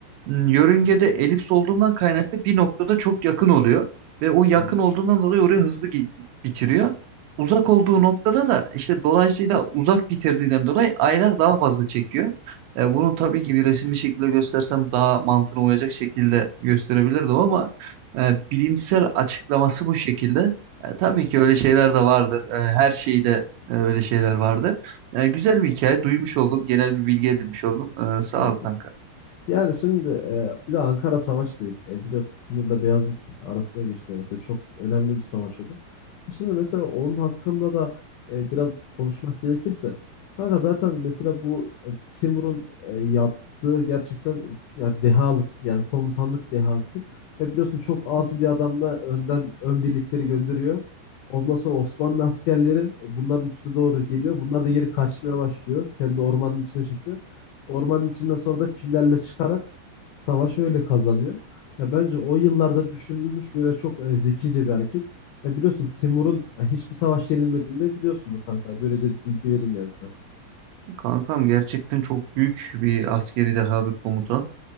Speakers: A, on the right; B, on the left.
A: m, yörüngede elips olduğundan kaynaklı bir noktada çok yakın oluyor. Ve o yakın
B: Hmm.
A: olduğundan dolayı oraya hızlı gi- bitiriyor. Uzak olduğu noktada da işte dolayısıyla uzak bitirdiğinden dolayı aylar daha fazla çekiyor. E, bunu tabii ki bir resimli şekilde göstersem daha mantığına uyacak şekilde gösterebilirdim ama e, bilimsel açıklaması bu şekilde. E, tabii ki öyle şeyler de vardır. E, her şeyi de e, Öyle şeyler vardı. Yani güzel bir hikaye duymuş oldum. Genel bir bilgi edinmiş oldum. E, sağ
B: Evet.
A: ol kanka.
B: Yani şimdi e, bir de Ankara Savaş dedik. E, biliyorsun Timur'la Beyazıt arasında geçti. Mesela çok önemli bir savaş oldu. E, Şimdi mesela onun hakkında da e, biraz konuşmak gerekirse. Kanka zaten mesela bu e, Timur'un e, yaptığı gerçekten ya dehalık yani komutanlık dehası. E, biliyorsun çok az bir adamla önden ön birlikleri gönderiyor. Ondan sonra Osmanlı askerleri e, bunların üstüne doğru geliyor. Bunlar da geri kaçmaya başlıyor. Kendi ormanın içine çekiyor. Ormanın içinden sonra da fillerle çıkarak savaş öyle kazanıyor. Ya bence o yıllarda düşünülmüş böyle çok e, zekice bir hareket. Ya biliyorsun Timur'un ya hiçbir savaş yenilmediğini de biliyorsundur kanka. Böyle de bir bilgi vereyim yani sana.
A: Kankam gerçekten çok büyük bir askeri deha bir komutan.